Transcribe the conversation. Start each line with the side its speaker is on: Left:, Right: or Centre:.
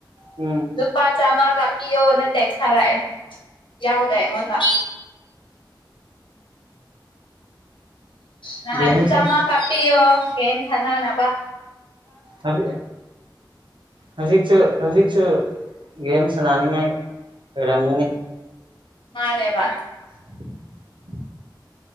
Right: ꯎꯝ꯫
Left: ꯂꯨꯄꯥ ꯆꯥꯝꯃ ꯀꯥꯞꯄꯤꯌꯣꯅ ꯇꯦꯛꯁ ꯊꯥꯔꯛꯑꯦ ꯌꯥꯎꯗ ꯑꯩꯉꯣꯟꯗ꯫ ꯉꯍꯟꯁꯨ
Right: ꯒꯦꯝꯁꯨ
Left: ꯆꯝꯃꯥ ꯀꯞꯄꯤꯌꯣ ꯒꯦꯝ ꯁꯥꯅꯅꯕꯥ꯫
Right: ꯍꯥꯏ꯫ ꯍꯧꯖꯤꯛꯁꯨ ꯍꯧꯖꯤꯛꯁꯨ ꯒꯦꯝ ꯁꯥꯟꯅꯅꯤꯡꯉꯥꯏ__ ꯔꯝꯃꯅꯤ꯫
Left: ꯃꯥꯅꯦꯕ꯫
Right: <unintelligible>